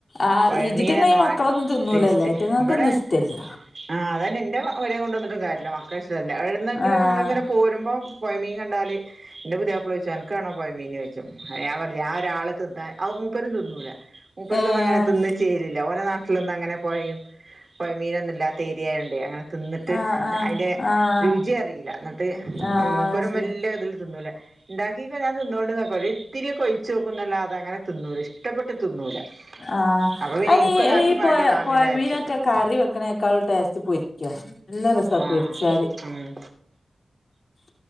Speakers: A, on the left; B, on the right.
A: ആഹ്
B: പൊയ
A: ഇതിറ്റങ്ങ
B: മീനെന്നു
A: ഈ മക്കളൊന്നും
B: ആ
A: തിന്നൂലല്ലോ
B: ടേസ്റ്റ്
A: അയ്റ്റങ്ങക്കൊന്നും
B: ഇബടെ
A: ഇഷ്ടല്ല
B: ആഹ് അതന്നെ ഇന്റെ പെരേ കൊണ്ടന്നിട്ടും കാര്യല്ല മക്കളഷ്ടല്ല എന്നെങ്കിലും
A: ആഹ്
B: ഞങ്ങൾ ഇങ്ങനെ പോരുമ്പോ പൊയ മീൻ കണ്ടാല് ഇന്റെ പുത്യാപ്പള ചോയ്ച്ചും അൻക്കാണോ പൊയ മീൻനൊയ് പറ ആഹ് ഒരാള് തിന്നാ മൂപ്പരും തിന്നൂല മുപ്പർക്കൊന്നും
A: ഏഹ്
B: അങ്ങനെ തിന്ന് ചെലില്ല ഓരോ നാട്ടിലൊന്നും അങ്ങനെ പോയയും പോയ മീനൊന്നും ഇല്ലാത്ത ഏരിയായൊണ്ട് അങ്ങനെ തിന്നിട്ട്
A: ആഹ് ആഹ്
B: അയിൻ്റെ
A: ആഹ്
B: രുചിയറിയില്ല എന്നിട്ട്
A: ആഹ്
B: മൂപ്പരും
A: ശരി
B: വല്യ ഇതിൽ തിന്നൂലാ ഇണ്ടാക്കിക്കൊ ഞാൻ തിന്നോണ്ട് ന്ന്ക്കൊ പറയും ഒരിത്തിരി ഒഴിച്ച് നോക്കുന്നല്ലാതെ അങ്ങനെ തിന്നൂല ഇഹ് ഇഷ്ടപ്പെട്ട് തിന്നൂല
A: ആഹ്
B: അപ്പൊ എനിക്കൊരാക്ക്
A: അയിന് ഈ ഈ
B: വേണ്ടി
A: പൊയ
B: വാങ്ങുലാ
A: പൊയ
B: വിചാരിച്ച്
A: മീനൊക്കെ കറി വെക്കനേക്കാളും ടേസ്റ്റ് പൊരിക്കാ നല്ല രസാ
B: ആഹ്
A: പൊരിച്ചാല്
B: ഉം
A: <unintelligible>